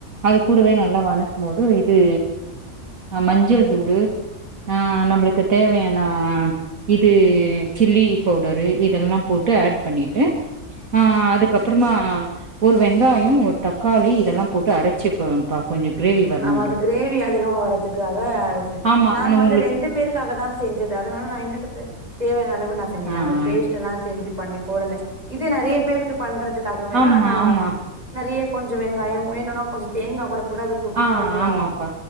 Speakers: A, on the right; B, on the right.
A: அது கூடவே நல்லா வணக்கும் போது இது ஆ மஞ்சள் தூடு ஆ நம்மளுக்கு தேவையான அ இது சில்லி பவுடரு இதெல்லா போட்டு ஆட் பண்ணிட்டு ஆ அதுக்கப்புறமா ஒரு வெங்காயோ ஒரு தக்காளி இதெல்லா போட்டு அரச்சிப்போ அ கொஞ்சொ கிரேவி வரணுன்றதுக்கு
B: ஆமா அது கிரேவி அதிகமா வர்றதுக்காக அரச்சே
A: ஆமா
B: நாங்க
A: ஆனா
B: வந்து
A: உங்களுக்கு
B: ரெண்டு பேருக்காக தா செஞ்சது அதனால நா எனக்கு தே தேவையான அளவு ப்போ நா செஞ்சிட்டே
A: ஆ
B: அது பேஸ்ட்
A: ஆ
B: எல்லா செஞ்சு பண்ணி போடல இது நெறைய பேருக்கு பண்றதுக்காக வேணா
A: ஆமா,
B: ஆனா
A: ஆமா.
B: நெறைய கொஞ்சொ வெங்காயம் வேணுனா கொஞ்சொ தேங்கா கூட கூட அது குருமா
A: ஆ
B: மாரி கூட
A: ஆமாப்பா
B: ஆகு